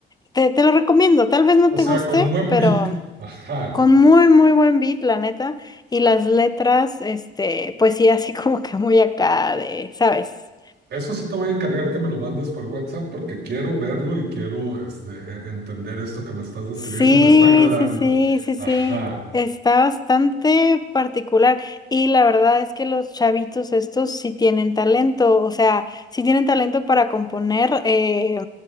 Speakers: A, on the left (about 20°); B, on the right (about 65°).
A: te, te lo recomiendo, tal vez no
B: O
A: te
B: sea,
A: guste,
B: con buen
A: pero
B: beat. Ajá.
A: con muy, muy buen beat, la neta, y las letras, este, pues sí, así <laughs> como que muy acá de, ¿sabes?
B: Eso sí te voy a encargar que me lo mandes por WhatsApp porque quiero verlo y quiero este, e- entender esto que me estás describiendo.
A: Sí,
B: Me está agradando.
A: sí, sí, sí, sí.
B: Ajá.
A: Está bastante particular y la verdad es que los chavitos estos sí tienen talento, o sea, sí tienen talento para componer eh,